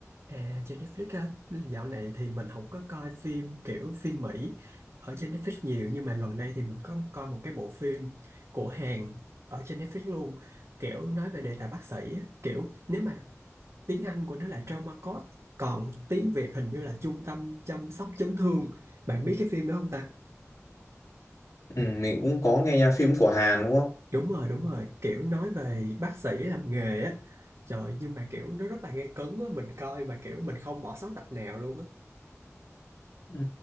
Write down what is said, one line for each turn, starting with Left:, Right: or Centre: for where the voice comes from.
Right: À trên Netflix á, dạo này thì mình không có coi phim kiểu phim Mỹ ở trên Netflix nhiều nhưng mà gần đây thì mình có coi một cái bộ phim của Hàn ở trên Netflix luôn, kiểu nói về đề tài bác sĩ á, kiểu nếu mà tiếng Anh của nó là Trauma Code, còn tiếng Việt hình như là Trung tâm chăm sóc chấn thương. Bạn biết cái phim đó không ta?
Left: Ừ, mình cũng có nghe nha phim của Hàn đúng không?
Right: Đúng rồi, đúng rồi, kiểu nói về bác sĩ làm nghề á. Trời nhưng mà kiểu nó rất là gay cấn á, mình coi mà kiểu mình không bỏ sót tập nào luôn á.
Left: Ừ,